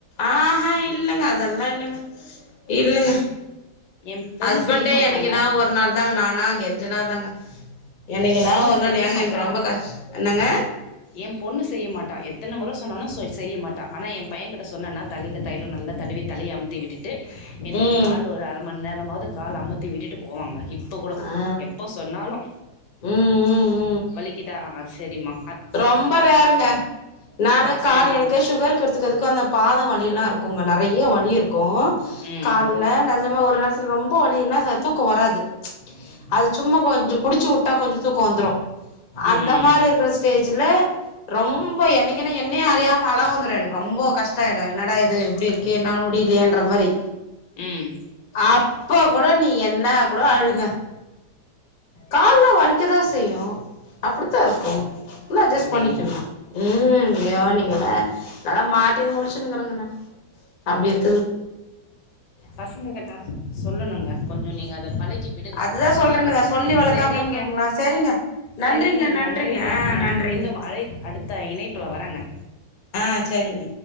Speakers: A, on the left; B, on the left.
A: ஆஹா இல்லங்க அதெல்லா இல்லங்க இல்லங்க
B: என் பொண்ணு
A: ஹஸ்பண்டே
B: செய்ய மாட்டாங்க
A: என்னைக்குனா ஒரு நாள் தாங்க நானா கெஞ்சுனா தாங்க என்னைக்குனா
B: எ பொண்ணு
A: ஒரு நாள்
B: செய்ய
A: ஏங்க
B: மாட்டா
A: எனக்கு ரொம்ப கஷ் என்னங்க
B: எ பொண்ணு செய்ய மாட்டா எத்தன மொற எப்ப சொன்னாலு சொ செய்ய மாட்டா ஆனா எ பைய்யகிட்ட சொன்னேன்னா தலையில தைய்லோ நல்லா தடுவி தலய அமுத்தி விட்டுட்டு எனக்கு
A: ம்
B: கால் ஒரு அரை மணி நேரமாவது கால் அமுத் டி விட்டுட்டு போவாங்க இப்போ கூடோ
A: ஆ
B: எப்ப சொன்னாலு
A: ம் ம் ம்
B: வலிக்குதா சேரிம்மா
A: ரொம்ப ரேர்ங்க நானு
B: பாசம்மா
A: காலு எனக்கே சுகர் இருக்கறதுக்கு அதுக்கு அந்த பாதோ வலில்லா இருக்கு க்குங்க நெறைய வழி இருக் க்கு
B: ம்
A: கால்ல நெஜமா ஊர்ல்லா த் ரொம்ப வழினா தூக்கோ வராது அது சும்மா கொஞ்சோ புடிச்சிவுட்டா கொஞ்சோ தூக்கோ வந்துரு அந்த
B: ம்
A: மாரி
B: ம்,
A: பிரச் பேச்சுல ரொம்ப எனக்குன என்னை அறியாம அள வந்துரு எனக்கு ரொம்போ கஷ்டோ ஆயிடு என்னடா இது இப்பிடி இருக் ஏ என்னால முடிலியேன்ற மாரி
B: ம்
A: அப்போ கோட நீ என்ன கோட அழுங்க கால்லா வலிக்கதா செய்யு அப்பிடித்தா இருக்கு இல்ல அட்ஜஸ்ட்
B: அப்படிங்களா
A: பண்ணிக்கனு ம் ஏ நீங்களே நாளா மாட்டின்னு முழச்சுன்னுக்கேறங்க நா அப்பிடி இரு
B: பசங்க கிட்ட சொல்லணுங்க கொஞ்சோ நீங்க அத பழக்கி விடுங்க
A: அதுதா
B: தப்பில்லிங்க
A: சொல்றேனுங்க சொல்லி வளக்காம
B: சேரிங்க
A: இருக்குங்களா சரிங்க நன்றிங்க
B: சேரிங்க நன்றிங்க
A: ஆ
B: நா
A: நன்றிங்க
B: மீண்டும் அழை அடுத்த இணைப்புல வரங்க
A: ஆ சேரிங்க